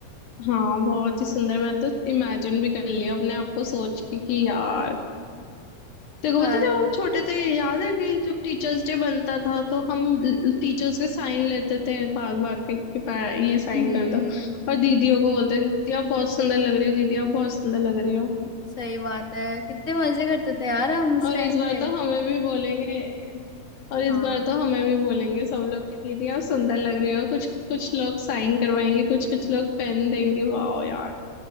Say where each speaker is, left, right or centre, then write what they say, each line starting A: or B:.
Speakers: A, on the left; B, on the left.
A: हाँ बहुत ही सुंदर मैं तो इमेजिन भी कर लिया अपने आप को सोच के कि यार देखो
B: हाय
A: पता है, जब हम छोटे थे याद है कि जब टीचर्स डे बनता था तो हम टीचर्स के साइन लेते थे भाग भाग के कि पा- ये साइन
B: हम्म
A: कर दो और दीदियों को बोलते थे दीदी आप बहुत सुंदर लग रही हो दीदी आप बहुत सुंदर लग रही हो
B: सही बात है कितने मजे करते थे यार हम उस
A: और
B: टाइम
A: इस बार
B: पे
A: तो हमें भी बोलेंगे और इस
B: हाँ
A: बार तो हमें भी बोलेंगे सब लोग कि दीदी आप सुंदर लग रही हो कुछ कुछ लोग साइन करवाएंगे कुछ कुछ लोग पेन देंगे वाह यार